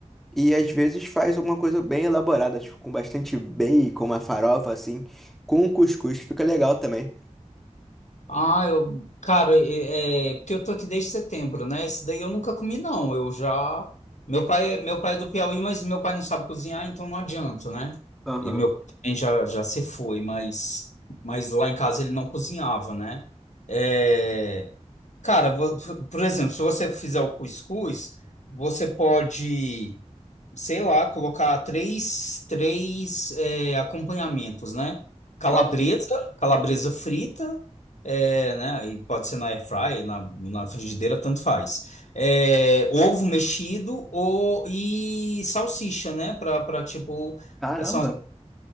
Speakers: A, in the centre; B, on the left.
A: E às vezes faz alguma coisa bem elaborada, tipo, com bastante bacon, uma farofa assim, com cuscuz, fica legal também.
B: Ah, eu, cara, é, é, porque eu tô aqui desde setembro, né? Esse daí eu nunca comi, não. Eu já. Meu pai, meu pai é do Piauí, mas meu pai não sabe cozinhar, então não adianta, né?
A: Aham.
B: E meu pai também já, já se foi, mas, mas lá em casa ele não cozinhava, né? É, cara, vo- por exemplo, se você fizer o cuscuz, você pode sei lá, colocar três, três é, acompanhamentos, né? Calabresa,
A: Ah,
B: calabresa frita, é, né? Aí pode ser na air fryer, na, na frigideira, tanto faz. É, ovo mexido ou, e salsicha, né? Para tipo,
A: Caramba!
B: são